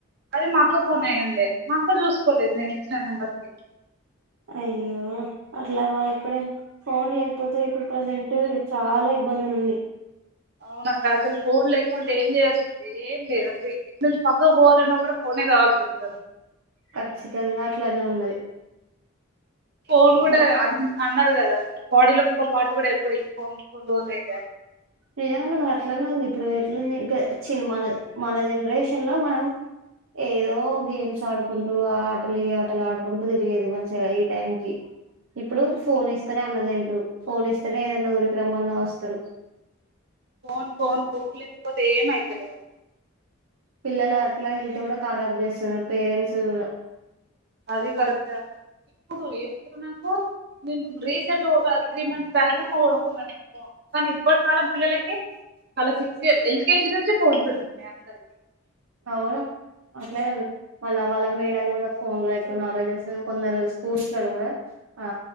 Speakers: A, on the right (about 50°); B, on the right (about 70°).
A: అది మా అక్క ఫోన్ అయ్యుండే మా అక్క చూసుకోలేదు నేను ఇచ్చిన నెంబర్ కి
B: అయ్యో, అట్లా ఎప్పుడైన ఫోన్ లేకపోతే ఇప్పుడు ప్రజెంట్ చాలా ఇబ్బందిగుంది
A: అవునక్క అసలు ఫోన్ లేకుంటే ఏం చేయోస్తుంది, ఏం లేదు అసలు ఇట్నుంచి పక్కకు పోవాలన్నా కూడా ఫోన్ నే కావల్సోత్తాంది
B: ఖచ్చితంగా అట్లానే ఉన్నది
A: ఫోన్ కూడా
B: మ
A: అ అన్నారు కదా బాడీలో ఒక్క పాటు కూడా అయిపోయింది కొ కొన్ని రోజలు అయితే
B: నిజంగా మరి అట్లనే ఉంది ఇప్పుడు ఎట్లుంది ఇంక చి మన మన జనరేషన్ లో మనం ఏదో గేమ్స్ ఆడుకుంటూ ఆ ఆటలు ఈ ఆటలు ఆడుకుంటూ తిరిగేది, మంచిగా ఈ టైం కి ఇప్పుడు
A: ఉమ్.
B: ఫోన్ ఇస్తేనే అన్న తింట్రు, ఫోన్ ఇస్తేనే ఏదన్నా ఊరికి రమ్మన్నా వస్తరు.
A: ఫోన్ ఫోన్ ఫోన్ లేకపోతే ఏమవుతులే అసలు
B: పిల్లల అట్లా హెళ్త్ కూడా ఖరాబ్ చేస్తున్నారు పేరెంట్స్ కూడా
A: అది కరెక్టే అక్క ఇప్పుడు ఎప్పుడు నాకు, నేను రీసెంట్ ఒక త్రీ మంత్స్ బ్యాకేమో కొనుకున్నా నేను ఫోన్ కానీ ఇప్పటి కాలం పిల్లలకి చాలా సిక్స్ ఇయర్, ఎల్కేజీ నుంచి ఫోన్స్ ఉంటున్నాయి అందరికీ
B: అవును అట్లేనే మళ్ళ వాళ్ళ మేడాళ్ళు కూడా ఫోన్ లో ఎక్కువ నాలెడ్జ్ చేస్తు, కొందరు స్కూల్స్ లలో కూడా ఆ